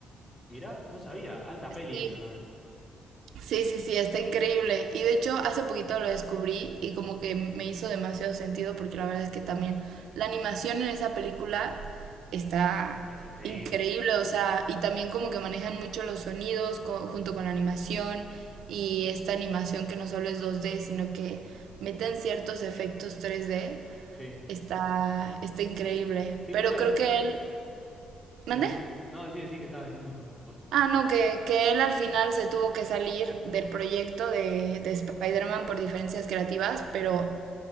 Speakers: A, on the left (about 15°); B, on the right (about 75°).
A: mirá, no sabía. Alta peli
B: Sí.
A: esa también.
B: Sí, sí, sí, está increíble. Y de hecho, hace poquito lo descubrí y como que me hizo demasiado sentido porque la verdad es que también la animación en esa película está
A: Es increíble.
B: increíble, o sea, y también como que manejan mucho los sonidos co- junto con la animación y esta animación que no solo es 2D, sino que meten ciertos efectos 3D,
A: Sí.
B: está, está increíble.
A: Sí,
B: Pero
A: creo que
B: creo
A: es. mi-
B: que él...
A: Decí,
B: ¿Mandé?
A: decí. No, decí, decí que estaba diciendo vos.
B: Ah, no, que, que él al final se tuvo que salir del proyecto de, de Spider-Man por diferencias creativas, pero